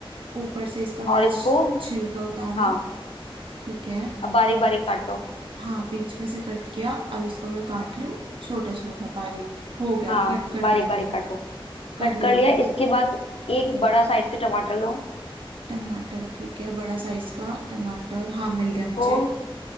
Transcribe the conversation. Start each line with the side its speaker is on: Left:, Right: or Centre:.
Right: ऊपर से इसका मैंने
Left: और इसको
Right: छ- छिलका उतारा
Left: हाँ
Right: ठीक है
Left: अब बारीक बारीक काटो
Right: हाँ बीच में से कट किया अब इसको मैं काट रही हूँ छोटा छोटा बारीक हो गया
Left: हाँ
Right: कट कर
Left: बारीक
Right: दिया
Left: बारीक
Right: मैंने
Left: काटो
Right: कर
Left: कट
Right: दिया
Left: कर लिया इसके बाद एक बड़ा साइज के टमाटर लो
Right: टमाटर ठीक है बड़ा साइज का टमाटर हाँ मिल गया
Left: इसको
Right: मुझे